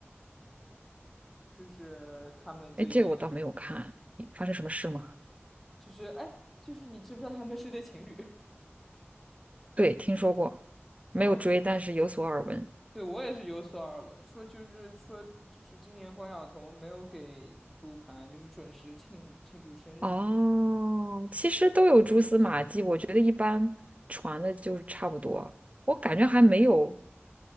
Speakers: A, in the centre; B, on the right.
A: 就是他们最近的，
B: 哎，这个我倒没有看，发生什么事吗？
A: 就是哎，就是你知不知道他们是对情侣？
B: 对，听说过，没有追，
A: 哦，
B: 但是有所耳闻。
A: 对，我也是有所耳闻，说就是说就是今年关晓彤没有给鹿晗就是准时庆庆祝生日这样
B: 哦，其实都有蛛丝马迹，我觉得一般传的就是差不多。我感觉还没有，